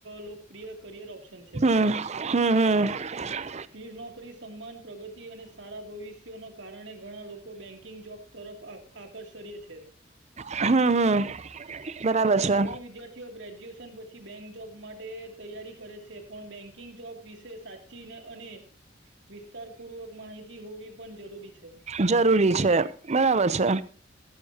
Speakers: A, on the right; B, on the right.
A: લોકપ્રિય કરિયર ઓપ્શન છે
B: હ હમ હમ
A: સ્થિર નોકરી સન્માન પ્રગતિ અને સારા ભવિષ્ય ન કારણે ઘણા લોકો બેંકિંગ જોબ તરફ આકર્ષ આકર્ષય છે.
B: હમ હમ બરાબર છે
A: ઘણા વિદ્યાર્થી થી ગ્રેજ્યુએશન પછી બેંક જોબ માટે તૈયારી કરે છે પણ બેન્કિંગ જોબ વિશે સાચી ચ અને વિસ્તાર પૂર્વક માહિતી હોવી પણ જરૂરી છે
B: જરૂરી છે બરાબર છે